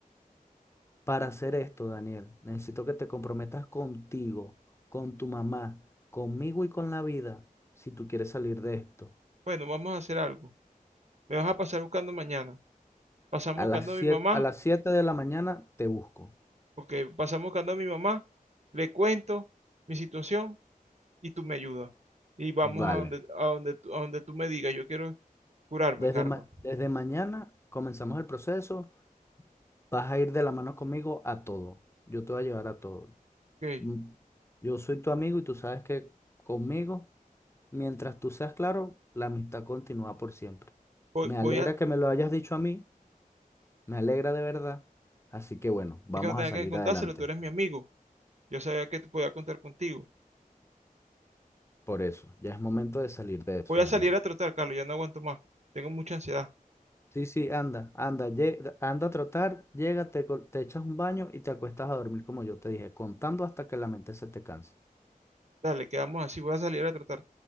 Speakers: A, on the left (about 20°); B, on the right (about 50°).
A: Para hacer esto, Daniel, necesito que te comprometas contigo, con tu mamá, conmigo y con la vida, si tú quieres salir de esto.
B: bueno, vamos a hacer algo. Me vas a pasar buscando mañana. Pasamos
A: A
B: buscando
A: las
B: a
A: 7,
B: mi mamá.
A: a las siete de la mañana te busco.
B: Ok, pasamos buscando a mi mamá, le cuento mi situación y tú me ayudas. Y vamos
A: Vale.
B: a donde, a donde, tú- a donde tú me digas, yo quiero curarme,
A: Desde,
B: Carlos.
A: ma- desde mañana comenzamos el proceso. Vas a ir de la mano conmigo a todo. Yo te voy a llevar a todo.
B: Ok,
A: Mm, Yo soy tu amigo y tú sabes que conmigo, mientras tú seas claro, la amistad continúa por siempre.
B: voy,
A: Me
B: voy
A: alegra
B: a,
A: que me lo hayas dicho a mí Me alegra de verdad. Así que bueno, vamos
B: es que no tenga
A: a salir
B: que contárselo,
A: adelante.
B: tú eres mi amigo. Yo sabía que te podía contar contigo.
A: Por eso, ya es momento de salir de eso,
B: Voy a
A: Daniel.
B: salir a trotar, Carlos, ya no aguanto más. Tengo mucha ansiedad.
A: Sí, sí, anda, anda, lle- anda a trotar, llega, te, co- te echas un baño y te acuestas a dormir como yo te dije, contando hasta que la mente se te canse.
B: Dale, quedamos así, voy a salir a trotar.